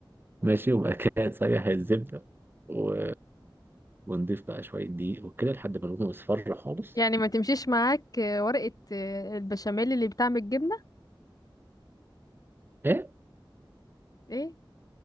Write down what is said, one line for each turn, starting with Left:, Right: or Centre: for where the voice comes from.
Right: ماشي وبعد كده <laughs> تسيح الزبدة و... ونضيف بقى شوية دقيق وكده لحد ما لونه يصفر خالص
Left: يعني ما تمشيش معاك آه، ورقة آه، البشاميل اللي بتعمل جبنة
Right: ايه
Left: ايه